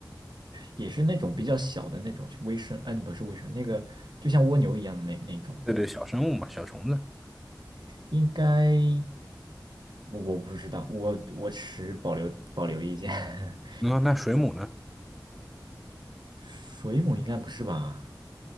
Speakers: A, on the right (about 75°); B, in the centre.
A: 也是那种比较小的那种微生？哎，不是微生，那个就像蜗牛一样的那那种，
B: 对对，小生物嘛，小虫子。
A: 应该。我我不知道，我我持保留保留意见。<laughs>
B: 那那水母呢？
A: 水母应该不是吧？